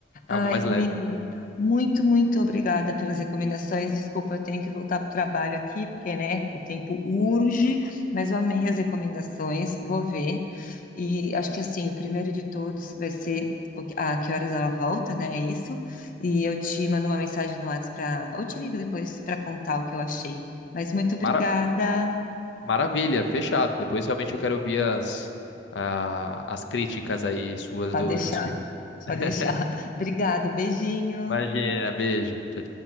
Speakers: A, on the left; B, on the left.
A: Algo
B: Ai,
A: mais
B: amigo,
A: leve.
B: muito, muito obrigada pelas recomendações. Desculpa, eu tenho que voltar para o trabalho aqui, porque, né, o tempo urge, mas eu amei as recomendações, vou ver. E acho que, assim, o primeiro de todos vai ser o que- a que horas ela volta, né, é isso? E eu te mando uma mensagem no WhatsApp para... Ou te ligo depois para contar o que eu achei. Mas muito
A: Mara-
B: obrigada.
A: Maravilha, fechado. Depois realmente eu quero ouvir as, ah, as críticas aí suas
B: Pode
A: do-
B: deixar,
A: dos filmes.
B: pode
A: <laughs>
B: deixar. <laughs> Obrigado, beijinho.
A: Imagina, beijo. Tchau,